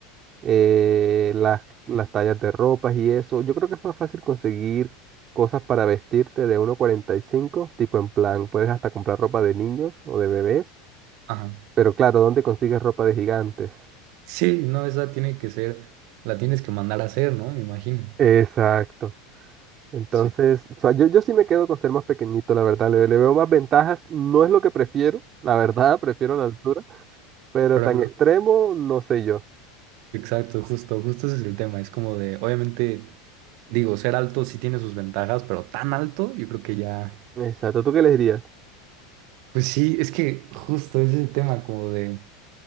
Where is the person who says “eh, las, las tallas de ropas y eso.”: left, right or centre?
Right